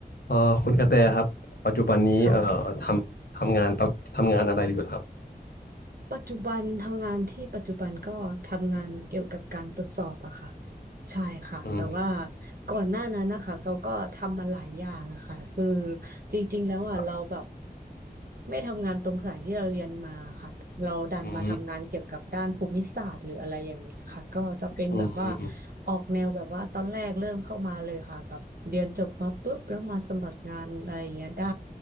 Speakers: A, on the left (about 70°); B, on the right (about 65°).
A: เอ่อคุณกระแตครับปัจจุบันนี้เอ่อทำทำงานประทำงานอะไรอยู่เหรอครับ
B: ค่ะปัจจุบันทำงานที่ปัจจุบันก็ทำงานเกี่ยวกับการตรวจสอบอะค่ะใช่ค่ะแต่ว่า
A: อืม
B: ก่อนหน้านั้นนะคะเขาก็ทำมาหลายอย่างอะค่ะคือจริงๆแล้วอะเราแบบ
A: ครับ
B: ไม่ทำงานตรงสายที่เราเรียนมาค่ะเราดันมาทำงานเกี่ยวกับด้านภูมิศาสตร์หรืออะไรอย่างเงี้ยค่ะก็จะเป็นแบบว่า
A: อืมอืมอืมอืม
B: ออกแนวแบบว่าตอนแรกเริ่มเข้ามาเลยค่ะแบบเรียนจบมาปุ๊บแล้วมาสมัครงานอะไรอย่างเงี้ยได้